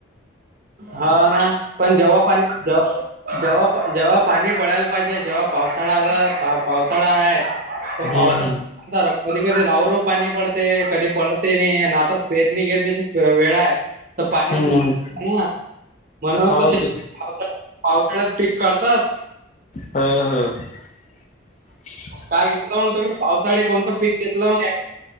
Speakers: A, on the right; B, on the left.
A: हा ना पण जेव्हा पाणी जव्हा जेव्हा-जेव्हा पाणी पडायल पायजे जेव्हा पावसाळाला पावसाळा हाय. पण
B: हम्म
A: पावसा आता कधी कधी राऊ राऊ पाणी पडते, कधी पडते नी आणि आता पेरणी गेरणीची वेळाय. त पाण्याची
B: हम्म हम्म
A: हां म्हणूनच
B: हो
A: तसे
B: ते
A: पावसा पावसाळ्यात पीक काढतात..
B: ह ह. <inaudible>
A: काय घेतलं मग तुम्ही पावसाळी कोणतं पी घेतलं मग..